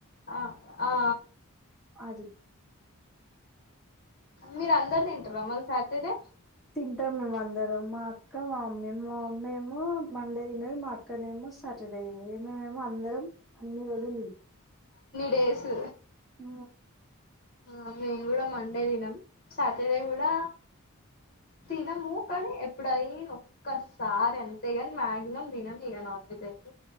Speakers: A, on the left; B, in the centre.
A: ఆ ఆ
B: అది
A: మీరు అందరు తింటారు అమ్మలు స అతతే
B: తింటాం మేము అందరం మా అక్క మా మమ్మీ మా మమ్మీ ఏమో మండే తినేది మా అక్కనే ఏమో సాటర్డేమ మేమ అందరం అన్ని రోజు
A: రేసూ
B: హ
A: ఆ మేము కూడా మండే దినం సాటర్ డే కూడా తినము కానీ ఎప్పుడయి ఒక్కసారి అంతేగాని మ్యాగసిమం దినం ఇరన అయితే